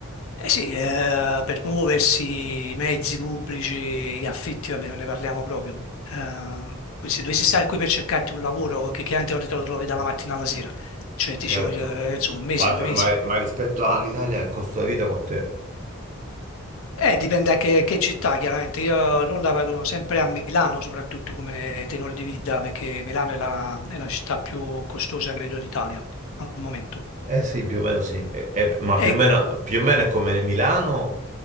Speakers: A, on the left (about 75°); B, on the right (about 35°).
A: Eh sì, eh, per muoversi, i mezzi pubblici, gli affitti, vabbè, non ne parliamo proprio. Eh, poi se dovessi stare qui per cercarti un lavoro, che chiaramente non te lo trovi dalla mattina alla sera, cioè ti
B: Certo,
A: ci voglio, eh, insomma, un mese,
B: ma,
A: due mesi.
B: ma- ma rispetto all'Italia il costo della vita quant'è?
A: Eh, dipende da che, che città, chiaramente. Io a Londra vado sempre a Milano, soprattutto come tenore di vita, perché Milano è la, è la città più costosa, credo, d'Italia al momento.
B: Eh sì, più o meno sì, Eh, eh, ma
A: E
B: più o meno, più o meno è come Milano.